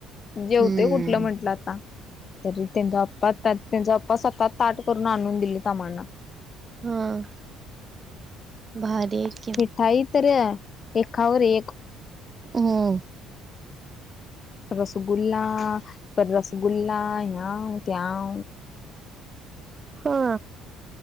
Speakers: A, on the left; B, on the right.
A: जेवते
B: हम्म
A: कुठलं म्हंटलं आता तरी त्यांचा अप्पा त्यांचा अप्पा सतत ताट करून आणून दिलेत आम्हाला
B: हम्म भारी आहेत की
A: ताई तर एकावर एक
B: हम्म
A: रसगुल्ला पर रसगुल्ला ह्याव त्यावा
B: हा